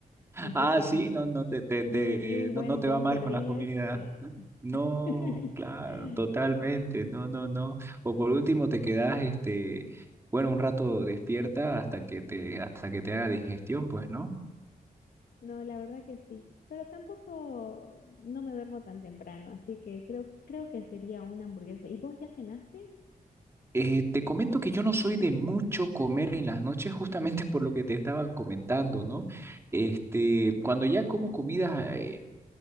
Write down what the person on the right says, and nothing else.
Ah,
sí, no, no te, te,
te-
no,
no te
va mal
con las comidas.
¿no? No,
claro, totalmente. No, no, no. O por último te quedas, este, bueno, un rato despierta hasta que te, hasta que te haga digestión, pues, ¿no?
Eh, te comento que yo no soy de mucho comer en las noches, justamente <laughs> por lo que te estaba comentando, ¿no? Este, cuando ya como comidas eh,